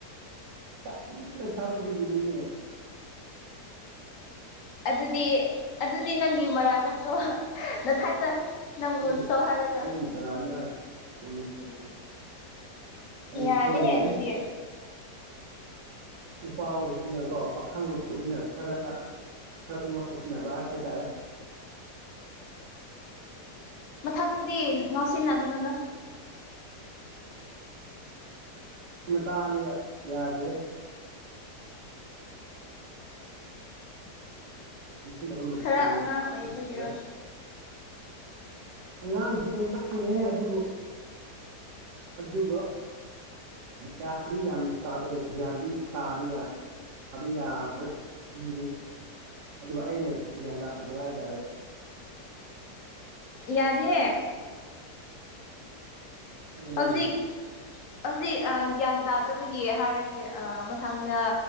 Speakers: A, on the right (about 75°); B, on the left (about 60°).
A: ꯀꯟꯅ ꯊꯧꯕꯒꯤ꯫ ꯏꯅꯦ꯫
B: ꯑꯗꯨꯗꯤ ꯑꯗꯨꯗꯤ ꯅꯪꯒꯤ ꯃꯔꯜ ꯅꯠꯇ꯭ꯔꯣ ꯅꯊꯟꯅ ꯅꯪꯕꯨ
A: ꯑꯩꯒꯤ
B: ꯁꯣꯍꯜꯒ
A: ꯑꯩꯒꯤ ꯅꯔꯥꯟꯅꯦ ꯍꯣꯏ ꯆꯨꯝꯃꯦ ꯆꯨꯝꯃꯦ ꯑꯩꯅ
B: ꯌꯥꯗꯦ
A: ꯁꯣꯏꯕꯅꯦ
B: ꯑꯗꯨꯗꯤ꯫
A: ꯅꯨꯄꯥ ꯑꯣꯏꯕꯤꯅꯀꯣ ꯄꯥꯈꯪ ꯑꯣꯏꯕꯅ ꯈꯔ ꯈꯔꯁꯨ ꯉꯧꯁꯤꯟꯅꯕ ꯍꯥꯏꯇꯥꯔꯦ꯫
B: ꯃꯊꯪꯗꯗꯤ ꯉꯥꯎꯁꯤꯟꯅꯒꯅꯨꯗ
A: ꯃꯦ ꯇꯥꯟꯅ ꯌꯥꯗ꯭ꯔꯦ꯫ ꯉꯥꯎꯁꯤꯟꯅꯕ ꯃꯇꯝꯗꯤ
B: ꯈꯔ ꯑꯉꯥꯡ ꯑꯣꯏꯕꯒꯤꯔꯣ
A: ꯅꯠꯇꯔꯦ꯫ ꯑꯉꯥꯡꯕꯨꯗꯤ ꯑꯉꯥꯡꯉꯦꯍꯦ ꯑꯗꯨꯕꯨ ꯑꯗꯨꯕꯨ ꯒꯌ꯭ꯥꯟ ꯗꯤ ꯌꯝ ꯇꯥꯕꯥ ꯌꯥꯕꯅꯤ ꯑꯗꯨꯒ ꯑꯩꯅ ꯒ꯭ꯌꯥꯟ ꯇꯥꯗꯕ ꯍꯥꯏꯇꯥꯔꯦ
B: ꯌꯥꯗꯦ
A: ꯎꯝ
B: ꯍꯧꯖꯤꯛ ꯍꯧꯖꯤꯛ ꯒ꯭ꯌꯥꯟ ꯇꯥꯗꯕꯒꯤ ꯍꯥꯏꯔꯁꯦ ꯃꯊꯪꯗ